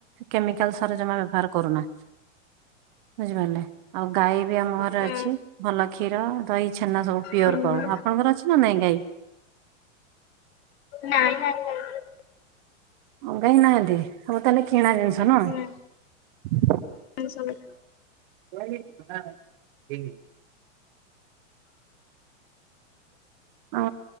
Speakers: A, on the right (about 40°); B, on the left (about 50°).
A: କେମିକାଲ ସାରଜମା ବ୍ୟବହାର କରୁନା ବୁଝିପାରିଲେ ଆଉ ଗାଈ ବି ଆମ ଘରେ
B: ହୁଁ
A: ଅଛି ଭଲ କ୍ଷୀର, ଦହି, ଛେନା ସବୁ ପିଓର
B: ହୁଁ।
A: ପାଉ ଆପଣଙ୍କର ଅଛି? ନା ନାଇଁ ଗାଇ
B: ନାଇଁ ନାଇଁ ନାଇଁ।
A: ଗାଈ ନାହାନ୍ତି ତମର ତାହେଲେ କିଣା ଜିନିଷ ନୁହଁ
B: ହୁଁ ସବୁ
A: <inaudible> ଆ